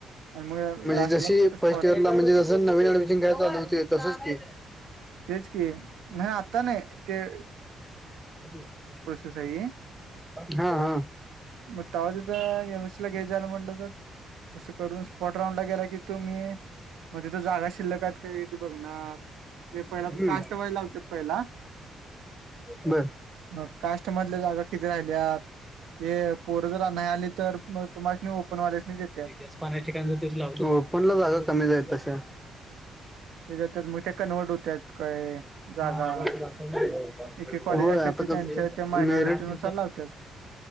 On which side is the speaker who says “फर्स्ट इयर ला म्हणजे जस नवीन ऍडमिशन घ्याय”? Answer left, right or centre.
Centre